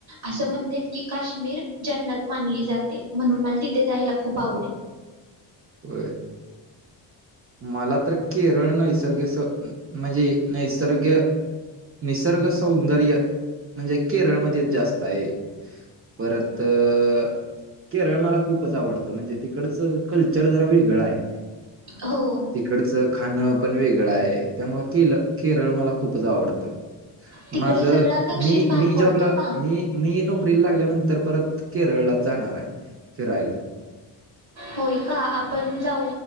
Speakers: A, on the right; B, on the right.
A: असं म्हणतेत की काश्मीर जन्नत मानली जाते म्हणून मला तिथे जायला खूप आवडेल.
B: होय मला तर केरळ नैसर्ग म्हणजे नैसर्ग निसर्ग सौंदर्य म्हणजे केरळमध्येच जास्त आहे. परत अ केरळ मला खूपच आवडतं म्हणजे तिकडच विचार जरा वेगळाय
A: हो
B: तिकडच खाणं पण वेगळं आहे त्यामुळे केल केरळ मला खूपच आवडत.
A: तिकडे
B: माझ
A: सगळा दक्षिण
B: मी
A: भाग
B: मी
A: पडतो
B: जॉबला
A: ना
B: मी मी नोक एप्रिल लागल्यानंतर परत केरळलाच जाणार आहे. फिरायला
A: होय का आपण जाऊ